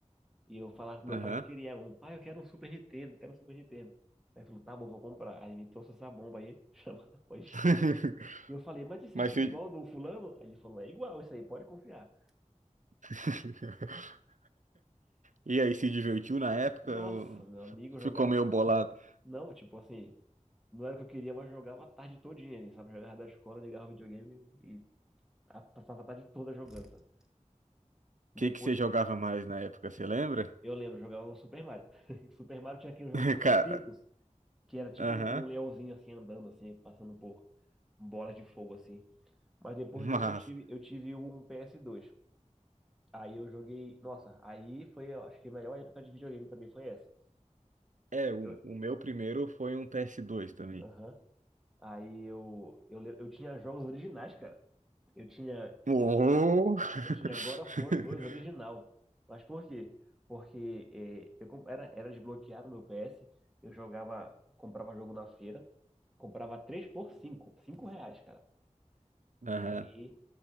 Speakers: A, in the centre; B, on the right (about 85°).
A: E eu falava pro meu
B: Aham.
A: pai que queria um. Pai, eu quero um Super Nintendo, quero um Super Nintendo. Aí ele falou, tá bom, vou comprar. Aí ele me trouxe essa bomba aí, <laughs> chamada PlayStation.
B: <laughs>
A: E eu falei, mas isso
B: Mas
A: aqui
B: se...
A: é igual ao do fulano? Aí ele falou, é igual isso aí, pode confiar.
B: <laughs> E aí, se divertiu na época?
A: Nossa,
B: ou
A: meu amigo, eu
B: Ficou
A: jogava
B: meio bolado. O
A: Não, tipo assim, não era o que eu queria, mas jogava a tarde todinha ali, sabe? Jogava da escola, ligava o videogame e a- passava a tarde toda jogando, sabe? Depois,
B: que que você jogava mais na época, você lembra?
A: eu lembro, jogava o Super Mario. <laughs> Super Mario tinha aquele jogo
B: <laughs>
A: chamado
B: Cara,
A: Circus, que era tipo
B: aham.
A: um, um leãozinho assim andando, assim, passando por bolas de fogo, assim. Mas depois
B: Mas,
A: desse eu tive, eu tive um ps dois Aí eu joguei, nossa, aí foi, eu acho que a melhor época de videogame pra mim foi essa.
B: é,
A: Porque
B: o,
A: eu,
B: o meu primeiro foi um PS2 também.
A: aham. Aí eu, eu, le- eu tinha jogos originais, cara. Eu tinha,
B: Oh!
A: eu tinha Eu tinha
B: <laughs>
A: God of War 2 original. Mas por quê? Porque é, eu comp- era, era desbloqueado meu PS, eu jogava, comprava jogo na feira, comprava 3 por 5, 5 reais, cara.
B: Aham.
A: E aí,